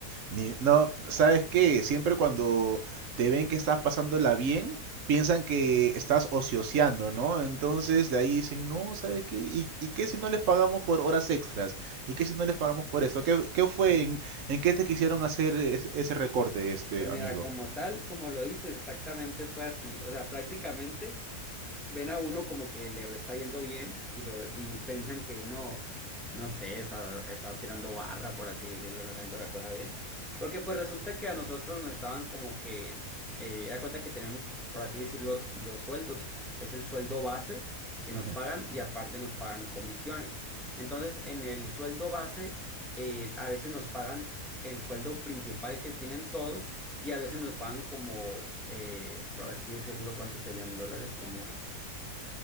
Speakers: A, on the right; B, in the centre.
A: Ni- no, ¿sabes qué? Siempre cuando te ven que estás pasándola bien, piensan que estás ocioseando, ¿no? Entonces de ahí dicen, no, ¿sabes qué? ¿Y, y qué si no les pagamos por horas extras? ¿Y qué si no les pagamos por esto? ¿Qué, qué fue? ¿En, en qué te quisieron hacer es- ese recorte, este
B: Pues
A: amigo?
B: mira, como tal, como lo dices, exactamente fue así. O sea, prácticamente ven a uno como que le está yendo bien y lo y piensan que uno, no sé, está, está tirando barra, por así decirlo, no está haciendo la cosa bien. Porque pues resulta que a nosotros nos estaban como que, eh, da cuenta que tenemos, por así decirlo, dos sueldos. Es el sueldo base que nos
A: Ujú,
B: pagan y aparte nos pagan comisiones. Entonces, en el sueldo base, eh, a veces nos pagan el sueldo principal que tienen todos y a veces nos pagan como, eh, por así decirlo, ¿cuántos serían dólares? Como